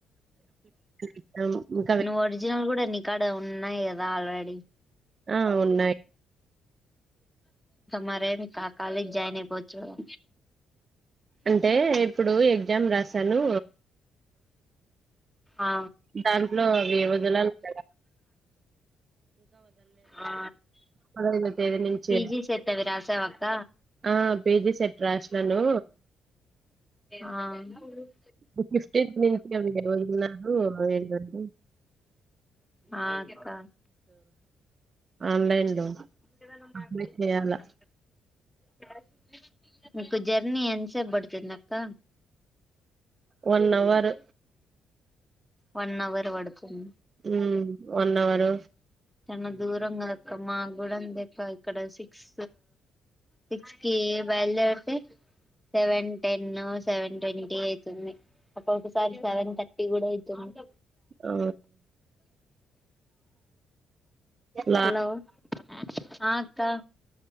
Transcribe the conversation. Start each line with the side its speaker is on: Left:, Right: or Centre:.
Right: ఎగ్జామ్ ఇంకా వే
Centre: నువ్ ఒరిజినల్ కూడా ని ఇక్కడ ఉన్నాయి కదా ఆల్రెడీ
Right: ఆ ఉన్నాయి
Centre: మరే ఇంకాకాలేజ్ జాయిన్పోవచ్చుకదా
Right: అంటే ఇప్పుడు ఎగ్జామ్ రాసాను
Centre: ఆ
Right: దాంట్లో అవి వొదల్లకదా
Centre: ఆ
Right: పదహైదో తేదీ నుంచి
Centre: పిజీ సేటది రాశావక్క
Right: ఆ పేజీ సెట్ రాస్నాను
Centre: ఆ
Right: ఇప్పుడు ఫిఫ్టీన్త్ నుంచి అవి వన్నారు అవివని
Centre: ఆ అక్క
Right: ఆన్లైన్ లో
Centre: ఏదైనా మాట్లాడితే
Right: అప్లై చేయాల
Centre: మాట్లాడు క్యాస్వాల్ గా మీకు జర్నీ ఎంతసేప్ పడుతుందాక్క
Right: వన్ అవరు
Centre: వన్ అవర్ పడుతుంద
Right: మ్మ్ వన్ అవర్
Centre: చన్న దూరం కదక్క మా గుూడ అంతేక్క ఇక్కడ సిక్స్ సిక్స్కిి బైల్ధెర్తే సెవెన్ టెన్ సెవెన్ ట్వంటీ అయితుంది ఒక్కొక సారి సెవెన్ థర్టీ కూడా ఐతుంది
Right: ఆ లా
Centre: హలో ఆ ఆక్క